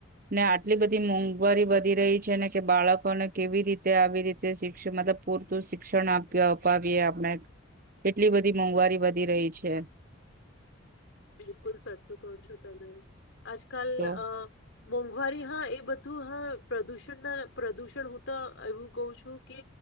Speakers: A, on the right; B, on the left.
A: ને આટલી બધી મોંઘવારી વધી રહી છે ને કે બાળકોને કેવી રીતે આવી રીતે શિક્ષણ મતલબ પૂરતું શિક્ષણ આપઈ અપાવીએ આપણે એટલી બધી મોંઘવારી વધી રહી છે
B: બિલકુલ સાચું કહો છો તમે આજ કલ
A: તો
B: અ મોંઘવારી હા એ બધું હા પ્રદુષણ ના પ્રદુષણ હું તો એવું કું છું કે